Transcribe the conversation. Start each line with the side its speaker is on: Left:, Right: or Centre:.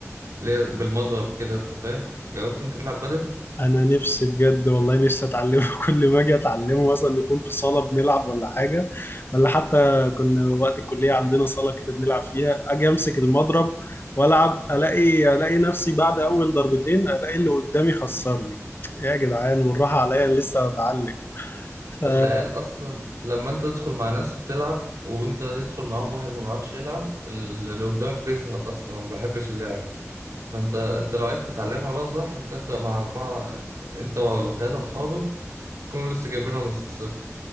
Right: اللي هي بالمضرب كده انت فاهم جربت انت تلعب بادل
Left: انا نفسي بجد والله نفسي اتعلمه <laughs> كل ما اجي اتعلمه مثلا نكون في صالة بنلعب ولا حاجة ولا حتى كنا وقت الكلية عندنا صالة كده بنلعب فيها اجي امسك المضرب والعب الاقي الاقي نفسي بعد اول ضربتين الاقي اللي قدامي خسرني يا جدعان والراحة عليا لسه بتعلم ف-
Right: العيال
Left: أه،
Right: اصلا لما انت تدخل مع ناس بتلعب وانت تدخل معاهم واحد ما بيعرفش يلعب اللي قدامك بيزهق اصلا ما بيحبش اللعب فانت انت لو عايز تتعلمها بقى صح انت ابدأ مع اربعة انت وثلاثة اصحابك تكونوا لسه جايبينها من الصفر